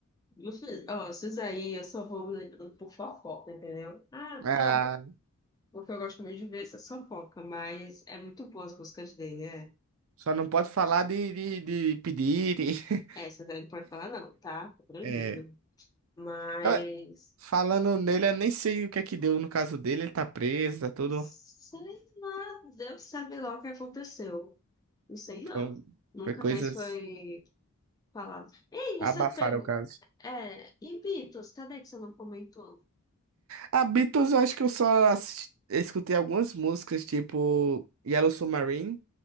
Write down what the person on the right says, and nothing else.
Ah,
só não pode falar de, de, de pedir. <laughs> de-
É,
eu, Falando nele, eu nem sei o que é que deu no caso dele. Ele tá preso, tá tudo.
Foi,
foi coisas.
Abafaram
o caso.
A Beatles, eu acho que eu só assisti- escutei algumas músicas, tipo Yellow Submarine,